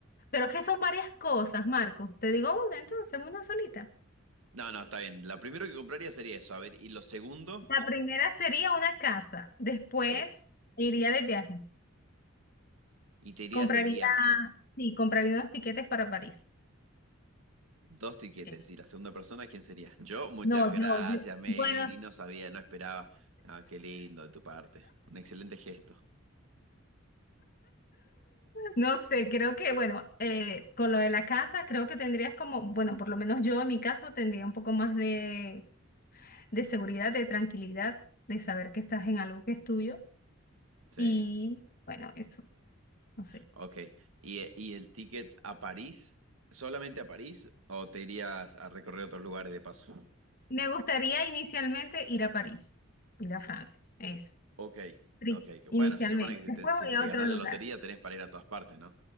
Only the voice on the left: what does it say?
pero es que son varias cosas, Marcos. Te digo una entonces, una solita.
La primera sería una casa, después
iría de viaje,
compraría,
sí, compraría unos tiquetes para París.
Eh,
No,
yo, yo,
bueno,
no sé, creo que, bueno, eh, con lo de la casa, creo que tendrías como, bueno, por lo menos yo en mi caso tendría un poco más de, de seguridad, de tranquilidad, de saber que estás en algo que es tuyo.
Y bueno, eso, no sé.
Me gustaría inicialmente ir a París, ir a Francia, eso,
Pri-
inicialmente.
Después
voy
a otro
lugar.